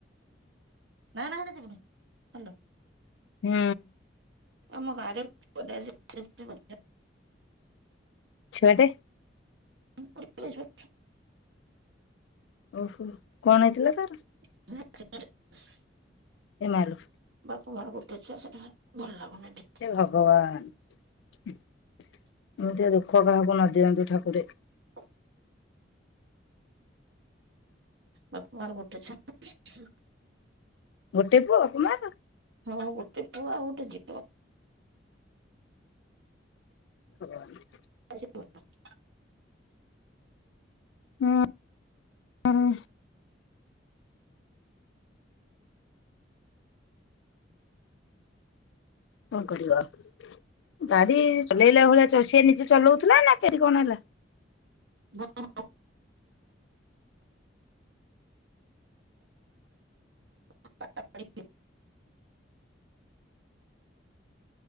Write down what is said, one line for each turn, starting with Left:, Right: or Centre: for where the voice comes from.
Right: ନା ନା ହେଣି ଯିବୁନି ଭଲ
Left: ହୁଁ।
Right: ଆମ ଗଁଆରେ ଏବେ ଏଇଠି ବ
Left: ଛୁଆଟେ
Right: ପଚାଶ
Left: ଓହୋ କଣ ହେଇଥିଲା ତାର?
Right: ହ <unintelligible>
Left: ଏ ମାଲୋ।
Right: ବାପା ମା ଗୋଟେ ଛୁଆ ସେଟା ଭଲ ଲାଗୁନି।
Left: ଏ ଭଗବାନ ଏମିତି ଦୁଃଖ କାହାକୁ ନଦିଅନ୍ତୁ ଠାକୁରେ।
Right: ହୁଁ। ବାପ ମା ର ଗୋଟେ ଛୁଆ।
Left: ଗୋଟିେ ପୁଅ ବାପା ମା ର।
Right: ହଁ ଗୋଟେ ପୁଅ ଆଉ ଗୋଟେ ଝିଅ।
Left: ହ <inaudible>
Right: ଆ <unintelligible>
Left: ହୁଁ ହୁଁ। କଣ କରିବ ଆଉ। ଗାଡି ଚଲେଇଲା ଭଳିଆ ସିଏ ନିଜେ ଚଲଉଥିଲା ନା କେଠି କଣ ହେଲା।
Right: <unintelligible> <inaudible>